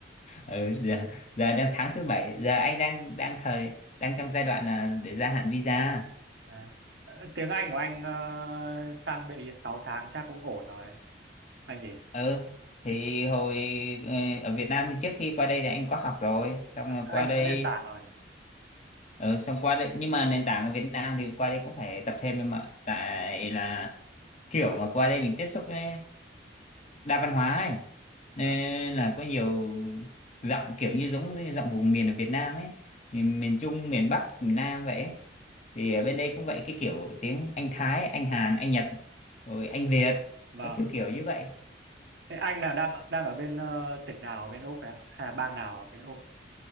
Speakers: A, on the left; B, on the right.
A: ừ, giờ giờ đang tháng thứ bảy giờ anh đang đang thời đang trong giai đoạn là để gia hạn visa
B: À, tiếng Anh của anh ờ, sang bên ý 6 tháng chắc cũng ổn rồi anh nhỉ
A: ừ thì hồi ờ, ở Việt Nam thì trước khi qua đây thì anh có học rồi xong
B: À,
A: rồi
B: anh
A: qua đây
B: có nền tảng rồi
A: ừ, xong qua đây nhưng mà nền tảng ở Việt Nam thì qua đây cũng phải tập thêm em ạ tại là kiểu mà qua đây mình tiếp xúc với đa văn hóa ấy nên
B: à,
A: là có nhiều giọng kiểu như giống như giọng vùng miền ở Việt Nam ấy miền, miền Trung miền Bắc miền Nam vậy ấy. thì ở bên đây cũng vậy cái kiểu tiếng Anh Thái Anh Hàn Anh Nhật rồi Anh Việt
B: vâng
A: nó kiểu kiểu như vậy
B: thế anh là đang đang ở bên ờ, tỉnh nào ở bên Úc đấy ạ? hay là bang nào ở bên Úc